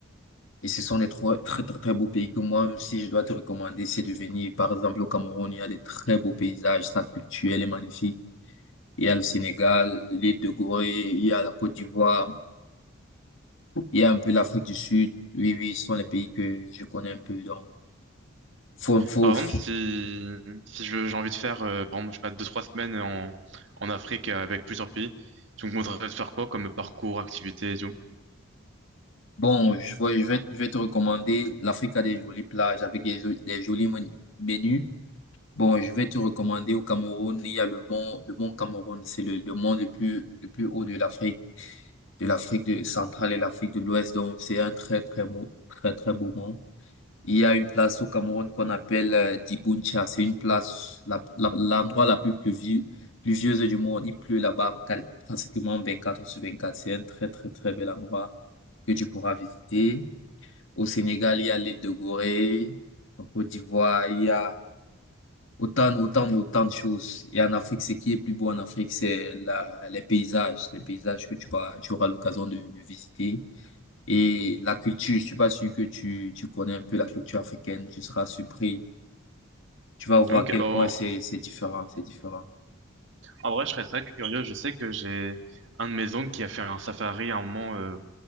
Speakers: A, on the left (about 65°); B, on the right (about 60°).
A: Et ce sont les trois très, très, très beaux pays que moi, si je dois te recommander, c'est de venir. Par exemple, au Cameroun, il y a des très beaux paysages, sa culture, elle est magnifique. Il y a le Sénégal, l'île de Gorée, il y a la Côte d'Ivoire. Il y a un peu l'Afrique du Sud. Oui, oui, ce sont les pays que je connais un peu. Donc, faut, faut,
B: Par exemple,
A: faut-
B: si, si je- j'ai envie de faire, euh, par exemple, je sais pas, deux, trois semaines en, en Afrique euh, avec plusieurs pays, tu me conseillerais de faire quoi comme parcours, activité et tout?
A: Bon, je vais, je vais, je vais te recommander. L'Afrique a des jolies plages avec des, jo- des jolis men- menus. Bon, je vais te recommander au Cameroun. Il y a le mont, le mont Cameroun. C'est le, le mont le plus, le plus haut de l'Afrique, de l'Afrique de- centrale et l'Afrique de l'Ouest. Donc, c'est un très, très beau, très, très beau mont. Il y a une place au Cameroun qu'on appelle euh, Dibountcha. C'est une place, la- la- l'endroit la, plus pluvi- pluvieuse du monde. Il pleut là-bas cal- pratiquement quatre sur vingt-quatre C'est un très, très, très bel endroit que tu pourras visiter. Au Sénégal, il y a l'île de Gorée. En Côte d'Ivoire, il y a autant, autant, autant de choses. Et en Afrique, ce qui est plus beau en Afrique, c'est la, les paysages, les paysages que tu vas, tu auras l'occasion de, de visiter. Et la culture, je suis pas sûr que tu, tu connais un peu la culture africaine. Tu seras surpris tu vas voir
B: Ok,
A: à quel
B: bah,
A: point c'est
B: en
A: c'est différent, c'est différent.
B: en vrai, je serais très curieux. Je sais que j'ai un de mes oncles qui a fait un safari à un moment euh,